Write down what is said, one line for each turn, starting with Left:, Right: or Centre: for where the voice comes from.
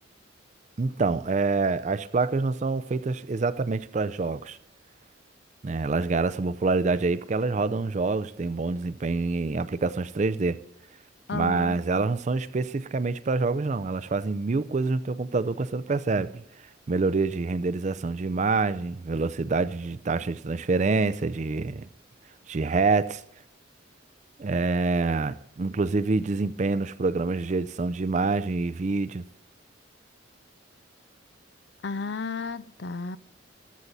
Right: Então, é, as placas não são feitas exatamente para jogos. né? Elas ganharam essa popularidade aí porque elas rodam jogos, têm bom desempenho em aplicações 3D.
Left: Aham.
Right: Mas elas não são especificamente para jogos, não. Elas fazem mil coisas no teu computador que você não percebe. Melhoria de renderização de imagem, velocidade de taxa de transferência, de, de hertz, é, inclusive desempenho nos programas de edição de imagem e vídeo.
Left: Ah, tá.